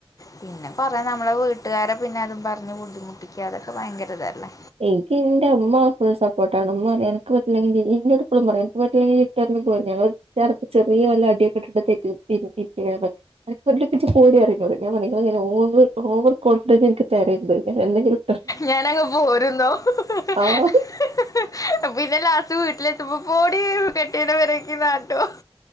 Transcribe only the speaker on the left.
പിന്നെ പറയാ നമ്മളെ വീട്ടുകാരെ പിന്നെ അതും പറഞ്ഞ് ബുദ്ധിമുട്ടിക്കാതെ ഭയങ്കരതല്ലേ
ഞാനങ്ങ് പോരുന്നോ ഹ് ഹ്
ഹ് ഹെ പിന്നെ ലാസ്റ്റ് വീട്ടിലെ ഇമ്മക്കൂടി കെട്ടിയോനെ വരക്കന്നാട്ടോ